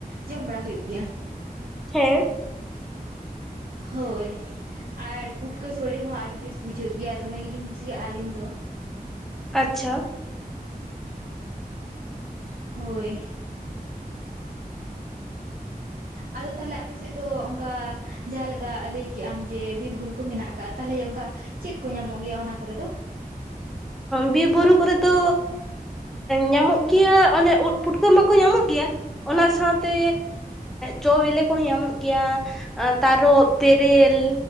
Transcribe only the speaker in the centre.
ᱦᱮᱸ᱾
ᱟᱪᱪᱷᱟ᱾
ᱵᱤᱨ ᱵᱩᱨᱩ ᱠᱚᱨᱮ ᱫᱚ ᱧᱟᱢᱚᱜ ᱜᱮᱭᱟ ᱚᱱᱮ ᱩᱫ ᱯᱩᱴᱠᱟᱹ ᱢᱟᱠᱚ ᱧᱟᱢᱚᱜ ᱜᱮᱭᱟ, ᱚᱱᱟ ᱥᱟᱶᱛᱮ ᱪᱚ ᱵᱮᱞᱮ ᱠᱚᱦᱚᱸ ᱧᱟᱢᱚᱜ ᱜᱮᱭᱟ, ᱛᱟᱨᱚᱵ, ᱛᱮᱨᱮᱞ,